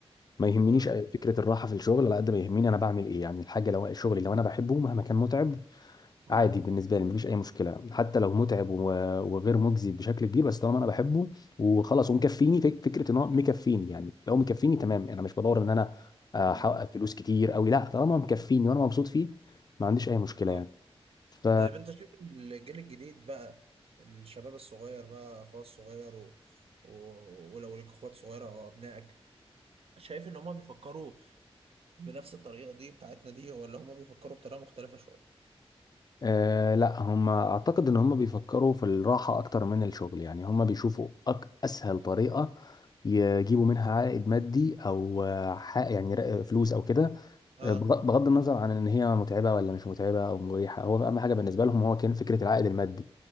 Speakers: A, on the left (about 40°); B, on the right (about 65°).
A: ما يهمنيش
B: اه
A: فكره الراحه في الشغل على قد ما يهمني انا بعمل ايه يعني الحاجه لو الشغل لو انا بحبه مهما كان متعب
B: مم.
A: عادي بالنسبه لي مفيش اي مشكله حتى لو متعب و- وغير مجزي بشكل كبير بس طالما انا بحبه وخلاص ومكفيني
B: مم.
A: فك- فكره ان هو مكفيني يعني لو مكفيني تمام انا مش بدور ان انا آه،
B: مم.
A: احقق فلوس كتير قوي لا طالما مكفيني وانا مبسوط فيه ما عنديش اي مشكله
B: اه
A: يعني ف
B: طيب انت شايف ان الجيل الجديد بقى الشباب الصغير بقى اخويا الصغير و... و... ولو ليك اخوات صغيره او ابنائك شايف ان هما بيفكروا بنفس الطريقه دي بتاعتنا دي ولا هما بيفكروا بطريقه مختلفه شويه
A: أه لا هم اعتقد ان هم بيفكروا في الراحة اكتر من الشغل يعني هم بيشوفوا أك اسهل طريقة يجيبوا منها عائد مادي او آه، ح- يعني ر- فلوس او كده
B: اه
A: آه، بغ- بغض النظر عن ان هي متعبة ولا مش متعبة او مريحة هو اهم حاجة بالنسبة لهم هو كان فكرة العائد المادي